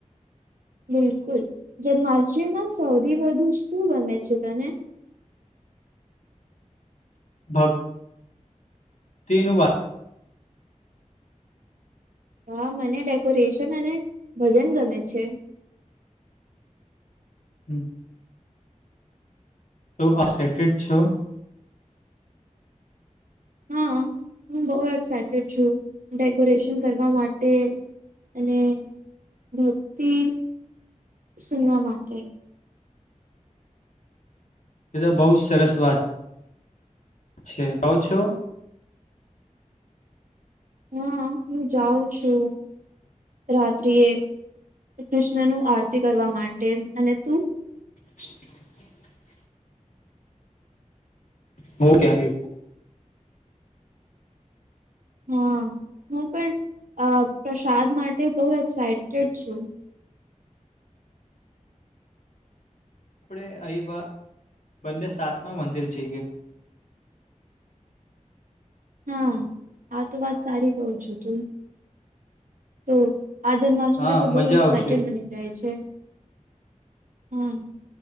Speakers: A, on the right (about 85°); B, on the left (about 70°).
A: બિલકુલ, જન્માષ્ટમીમાં સૌથી વધુ શું ગમે છે તને?
B: ભક્ત. તેનું વાત
A: હા મને ડેકોરેશન અને ભજન ગમે છે.
B: હમ. તો એક્સાઈટેડ છો?
A: હા, હું બહ એક્સાઈટેડ છું, ડેકોરેશન કરવા માટે, અને ભક્તિ સુનવા માટે.
B: એ તો બહુ સરસ વાત છે કઉ છો.
A: હા હું જાઉં છું. રાત્રિએે. ક્રિસ <unintelligible> નું આરતી કરવા માટે અને તું
B: <unintelligible> હું ક્યારે
A: હા હું પણ અ પ્રસાદ માટે બહુ એક્સાઈટેડ છું.
B: આપણે આવી વાત બંને સાતમા મંદિર જઈએ.
A: હા આ તો વાત સારી કઉ છો તુએ તો આ જન્માષ્ટમી
B: હા
A: તો બહુ
B: મજા
A: એક્સાઈટેડ
B: આવશે
A: બની જાય છે. હમ્મ.